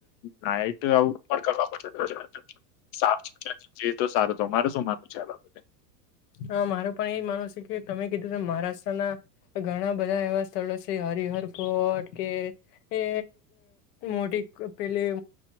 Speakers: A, on the left; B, on the left.
A: નાઈટડ સારું તોરે શું માનું છે આ બાબતે
B: હા મારું પણ એજ માનવું છે કે તમે કીધું છે મહારાષ્ટ્ર ના ઘણા બધા એવા સ્થળો છે હરિહર ફોર્ટ કે એ મોટી પેલી